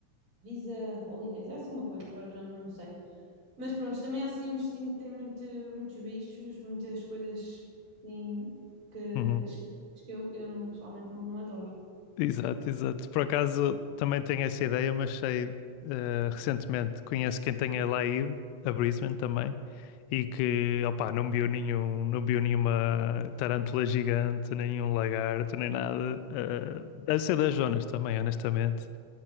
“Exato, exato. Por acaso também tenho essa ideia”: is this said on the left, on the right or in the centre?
Left